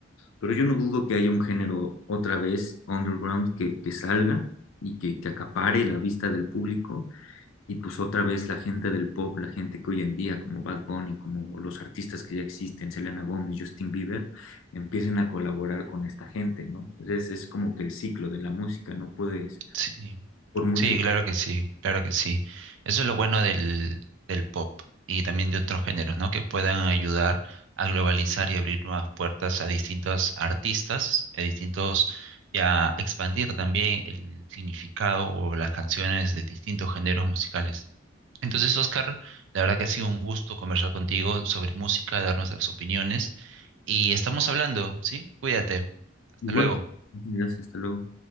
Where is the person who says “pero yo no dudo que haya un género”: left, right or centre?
Left